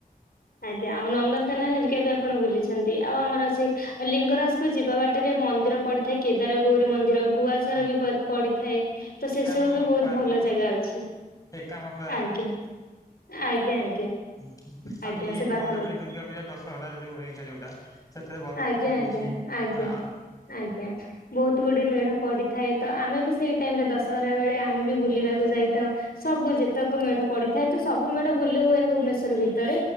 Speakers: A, on the left (about 75°); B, on the left (about 20°).
A: ଆଜ୍ଞା ଆଉ ନନ୍ଦନକାନନ ହେରିକା ବି ଆପଣ ବୁଲିଛନ୍ତି ଆଉ ଆମର ଅଛି ଏ ଲିଙ୍ଗରାଜ କୁ ଯିବା ବାଟରେ ମନ୍ଦିର ପଡିଥାଏ କେଦାର ଗୌରୀ ମନ୍ଦିର। ଗୁଆଝର
B: ହଁ
A: ବି ପ-ପଡିଥାଏ ତ
B: ଏକାମ୍ର
A: ସେ ସବୁ ବି ବହୁତ
B: ପାର୍କ
A: ଭଲ ଜାଗା ଅଛି।
B: ଏକାମ୍ର ପାର୍କେ।
A: ଆଜ୍ଞା ଆଜ୍ଞା ଆଜ୍ଞା।
B: ହୁଁ ହୁଁ ଆଉ
A: ଆଜ୍ଞା
B: ବି ଇଏ
A: ସେ
B: ବି
A: ପାଖାପାଖି
B: ଭଲ ହୁଏ ଦୁର୍ଗା ପୂଜା ଦଶହରା ଯ-ଯୋଉ ହେରିକା ଯୋଉଟା ସେଥିରେ ଭଲ
A: ଆଜ୍ଞା
B: ହୁଏ ମୁଁ ବୁଲିଛି।
A: ଆଜ୍ଞା ଆଜ୍ଞା।
B: ହଁ ଆଉ।
A: ଆଜ୍ଞା ବହୁତ ଗୁଡେ ମେଢ ପଡିଥାଏ ତ ଆମେ ବି ସେଇ ଟାଇମରେ ଦଶହରା ବେଳେ ଆମେ ବି ବୁଲିବାକୁ ଯାଇଥାଉ ସବୁ ଯେତେକ ମେଢ ପଡିଥାଏ ତ ସବୁ ମେଢ଼ ହୁଏନି ଭୁବନେଶ୍ୱର ଭି ତରେ